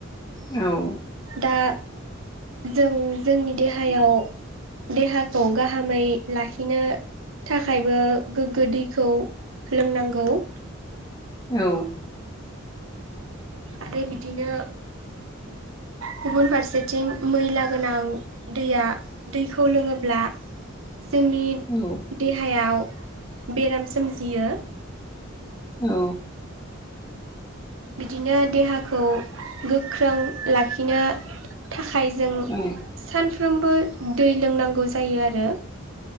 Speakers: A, on the left; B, on the right.
A: औ
B: दा जों जोंनि देहायाव देहाखौ गाहामै लाखिनो थाखायबो गोग्गो दैखौ लोंनांगौ
A: औ
B: आरो बिदिनो गुबुन फारसेथिं मैला गोनां दैया दैखौ लोङोब्ला जोंनि
A: औ।
B: देहायाव बेराम सोमजियो।
A: औ।
B: बिदिनो देहाखौ गोख्रों लाखिनो थाखाय जों
A: औ
B: सानफ्रोमबो दै लोंनांगौ जायो आरो।